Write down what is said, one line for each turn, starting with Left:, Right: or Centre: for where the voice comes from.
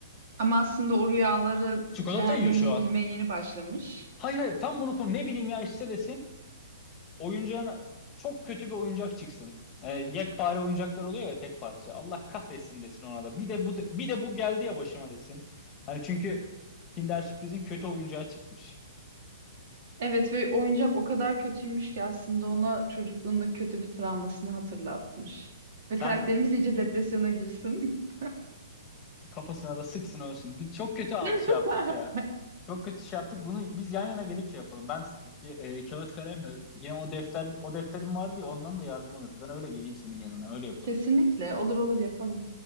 Right: Ama aslında o rüyaları
Left: Çikolata
Right: cehennemine
Left: yiyor şu
Right: girmeye
Left: an.
Right: yeni başlamış.
Left: <laughs> Hayır hayır tam bunu konu ne bileyim ya işte desin. oyuncağın çok kötü bir oyuncak çıksın. E, yekpare oyuncaklar oluyor ya tek parça. Allah kahretsin desin ona da. Bir de bu bir de bu geldi ya başıma desin. Hani çünkü Kinder Sürpriz'in kötü oyuncağı çıkmış.
Right: Evet ve oyuncak o kadar kötüymüş ki aslında ona çocukluğunda kötü bir travmasını hatırlatmış.
Left: Sen
Right: Ve karakterimiz iyice depresyona girsin.
Left: kafasına da sıksın ölsün. Biz çok kötü al-
Right: <laughs>
Left: şey yaptık ya. Çok kötü şey yaptık. Bunu biz yan yana gelip şey yapalım. Ben e, e, kağıt kalemle yine o defter o defterim vardı ya ondan da yardım alırız. Ben öyle geleyim senin yanına. Öyle yapalım.
Right: Kesinlikle olur olur yapalım.